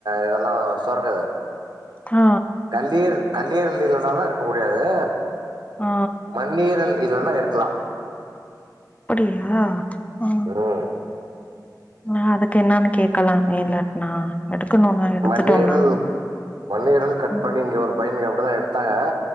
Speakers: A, on the right; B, on the left.
A: இதெல்லா சொரக்குது
B: ஆ
A: கல்லீர கல்லீரல் இல்லனாதா இருக்க முடியாது
B: ஆ
A: மண்ணீரல் இல்லன்னா இருக்கலா
B: அப்படியா ஆ
A: ம்
B: ஆ அதுக்கு என்னன்னு கேக்கலாமே இல்லாட்னா எடுக்கணுனா எடுத்துட்டோம்னா
A: மண்ணீரல் மண்ணீரல் கட்
B: ம்
A: பண்ணி இங்க ஒரு பையனுக் அப்டிதா எடுத்தாங்க